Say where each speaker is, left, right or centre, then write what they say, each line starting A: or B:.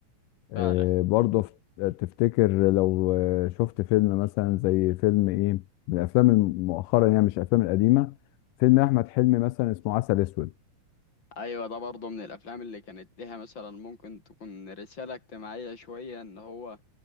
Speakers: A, on the left; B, on the left.
A: آه،
B: فعلا
A: برضه ف- تفتكر لو آه، شفت فيلم مثلا زي فيلم ايه من الافلام الم- مؤخرا يعني مش الافلام القديمه فيلم احمد حلمي مثلا اسمه عسل اسود
B: ايوه ده برضه من الافلام اللي كانت ليها مثلا ممكن تكون رسالة اجتماعية شوية ان هو